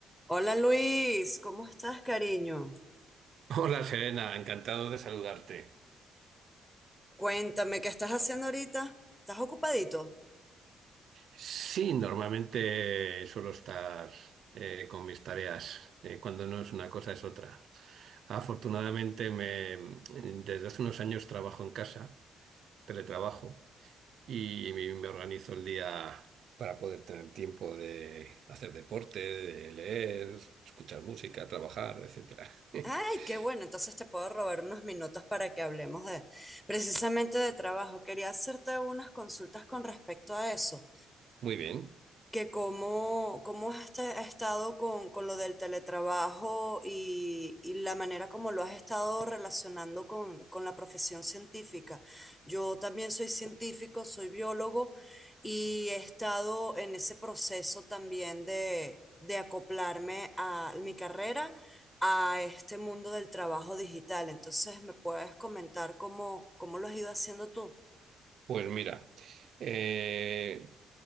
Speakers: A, in the centre; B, on the right.
A: Hola Luis, ¿cómo estás, cariño?
B: Hola Serena, encantado de saludarte.
A: Cuéntame, ¿qué estás haciendo ahorita? ¿Estás ocupadito?
B: Sí, normalmente suelo estar eh, con mis tareas. eh, cuando no es una cosa es otra. Afortunadamente me, mm, desde hace unos años trabajo en casa, teletrabajo, y me, me organizo el día para poder tener tiempo de hacer deporte, de leer, escuchar música, trabajar, etcétera.
A: Ay,
B: <laughs>
A: qué bueno, entonces te puedo robar unos minutos para que hablemos de precisamente de trabajo. Quería hacerte unas consultas con respecto a eso.
B: Muy bien,
A: que cómo, cómo has esta- has estado con, con lo del teletrabajo y, y la manera como lo has estado relacionando con, con la profesión científica. Yo también soy científico, soy biólogo y he estado en ese proceso también de, de acoplarme a mi carrera, a este mundo del trabajo digital. Entonces, ¿me puedes comentar cómo, cómo lo has ido haciendo tú?
B: pues mira, eh,